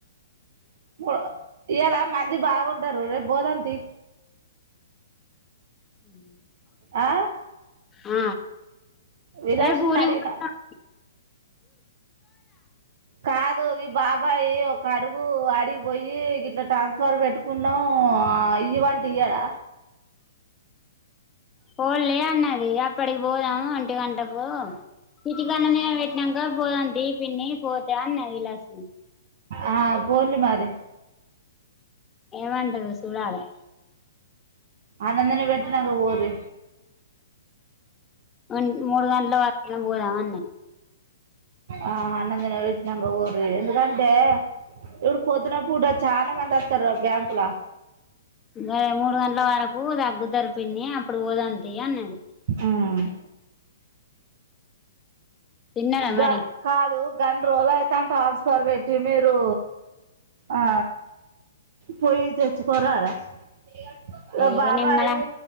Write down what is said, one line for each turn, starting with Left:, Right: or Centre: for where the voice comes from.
Right: <unintelligible> ఇయల మంది బాగుంటారు రేప్ పొద్దంతే
Left: ఉహ్
Right: ఆ
Left: ఆ
Right: విలాషుడిని
Left: రేపు ఊరికి
Right: అడిగిన
Left: పోతాం
Right: కాదు ఈ బాబాయ్ ఓ కడుగు అడిగి పోయి ఇట్లా ట్రాన్స్ఫర్ పెట్టుకున్నాం ఇయిమంటే ఇయడా?
Left: పోలే అన్నది అప్పటికి పోదాం అన్ ఒంటి గంటకు సిటీ కండ నే పెట్టినాక పోదాం థీ పిన్ని పోతే అన్నది లక్ష్మీ
Right: ఆ పోర్లి మారీ
Left: ఏమంటదో చూడాలి
Right: అనందనే పేటినాక పోన్లి
Left: వన్ మూడు గంటల వరకనా పోదాం అన్నది
Right: ఆ ఆనందన వచ్చినక పోన్లి, ఎందుకంటే ఇప్పుడు పొద్దున పూట చాలా మంది వస్తారు బ్యాంకులా
Left: నే మూడు గంటల వరకు తాగుతారు పిన్ని అప్పుడు పోదాం థీ పిన్ని అన్నది.
Right: ఉహ్
Left: తిన్నారా
Right: గ
Left: మరి
Right: కాదు గం రోల్ అయ్ తన్ ట్రాన్స్ఫర్ పెట్టి మీరు ఆ పొయి తెచ్చుకురారా ఇగ
Left: ఇగ
Right: బాబాయ్
Left: నిమ్మలం